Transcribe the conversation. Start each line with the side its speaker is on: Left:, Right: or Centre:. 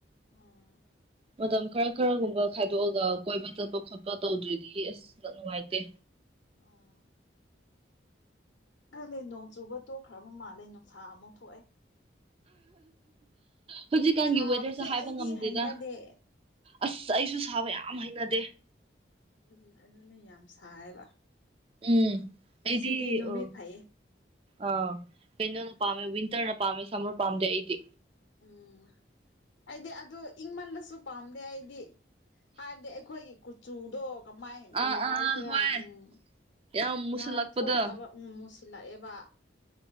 Left: ꯑꯣꯥ
Right: ꯃꯇꯝ ꯈꯔ ꯈꯔꯒꯨꯝꯕ ꯈꯥꯏꯗꯣꯛꯑꯒ ꯀꯣꯏꯕ ꯆꯠꯄ ꯈꯣꯠꯄ ꯇꯧꯗ꯭ꯔꯤꯗꯤ ꯑꯁ ꯅꯨꯡꯉꯥꯏꯇꯦ
Left: ꯑꯣ ꯈꯪꯗꯦ ꯅꯣꯡ ꯆꯨꯕ ꯇꯣꯛꯈ꯭ꯔꯕ ꯃꯥꯜꯂꯦ ꯅꯨꯡꯁꯥ ꯑꯃꯨ ꯊꯣꯛꯑꯦ
Right: ꯍꯤꯖꯤꯛꯀꯥꯟꯒꯤ
Left: ꯁꯥꯕꯁꯦ
Right: ꯋꯦꯗꯔꯁꯦ ꯍꯥꯏꯕ
Left: ꯑꯩꯗꯤ
Right: ꯉꯝꯗꯦꯗ
Left: ꯍꯩꯅꯗꯦ
Right: ꯑꯁ ꯑꯩꯁꯨ ꯁꯥꯕ ꯌꯥꯝ ꯍꯩꯅꯗꯦ
Left: ꯎꯝ ꯑꯗꯨꯅꯦ ꯌꯥꯝ ꯁꯥꯏꯌꯦꯕ
Right: ꯎꯝ
Left: ꯉꯁꯤꯗꯤ
Right: ꯑꯩꯗꯤ
Left: ꯅꯨꯃꯤꯠ
Right: ꯑꯣ
Left: ꯐꯩꯌꯦ
Right: ꯑꯥ ꯀꯩꯅꯣꯅ ꯄꯥꯝꯃꯦ ꯋꯤꯟꯇꯔꯅ ꯄꯥꯝꯃꯦ ꯁꯝꯃꯔ ꯄꯥꯝꯗꯦ ꯑꯩꯗꯤ
Left: ꯎꯝ ꯑꯩꯗꯤ ꯑꯗꯨ ꯏꯪꯃꯜꯂꯁꯨ ꯄꯥꯝꯗꯦ ꯑꯩꯗꯤ ꯍꯥꯏꯕꯗꯤ ꯑꯩꯈꯣꯏꯒꯤ ꯀꯨꯆꯨꯗꯣ ꯀꯃꯥꯏ ꯀꯔꯤ
Right: ꯑꯥ
Left: ꯍꯥꯏꯁꯤꯔꯥ
Right: ꯑꯥ ꯑꯥ ꯍꯣꯏ
Left: ꯎꯝ
Right: ꯌꯥꯝ ꯃꯨꯁꯜꯂꯛꯄꯗꯣ
Left: ꯉꯥꯥꯟ ꯊꯣꯛꯇꯕ ꯎꯝ ꯃꯣꯠꯁꯤꯂꯛꯑꯦꯕꯥ